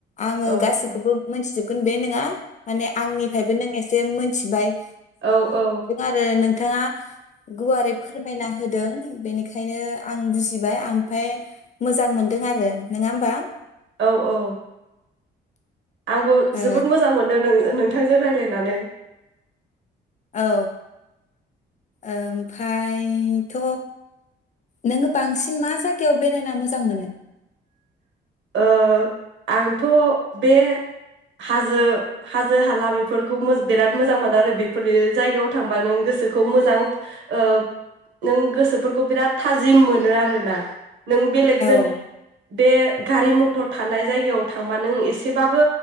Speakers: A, on the left; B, on the right.
A: आङो
B: औ
A: गासैखौबो
B: औ
A: मोनथिजोब गोन बे नङा माने आंनिफ्रायबो नों एसे मोन थिबाय
B: औ औ
A: आरो नोंथाङा गुवारै फोरमायना होदों बेनिखायनो आं बुजिबाय आमफाय मोजां मोनदों आरो नोङा होमबा?
B: औ औ आंबो
A: ओ,
B: जोबोद मोजां मोनदों नों नोंथांजों रायलायनानै
A: औ ओमफ्रायथ' नोङो बांसिन मा जायगायाव बेरायना मोजां मोनो?
B: ओ आंथ' बे हाजो हाजो हाला बेफोरखौ मो बिराद मोजां मोनो आरो बेफोरनि जायगायाव थांबा नों गोसोखौ मोजां ओ नों गोसोफोरखौ बिराद थाजिम मोनो आरोना। नों बेलेगजों
A: औ
B: बे गारि मथर थानाय जायगायाव थांबा नों एसेबाबो